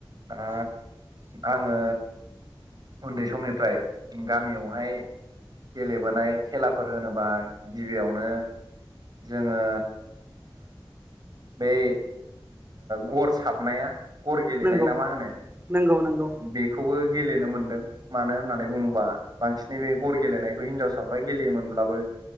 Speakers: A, on the right (about 50°); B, on the right (about 25°).
A: दा आङो उन्दै समनि ओमफ्राय गामियावहायो गेलेबोनाय खेलाफोर होनोबा गिबियावनो। जोङो बै गर साबनाया बा गर गेलेनाय
B: नंगौ
A: ना मा होनो?
B: नंगौ नंगौ।
A: बेखौबो गेलेनो मोनदों। मानो होननानै बुङोबा बांसिनै बे गर गेलेनायखौ हिनजावसाफ्रा गेलेयोमोनब्लाबो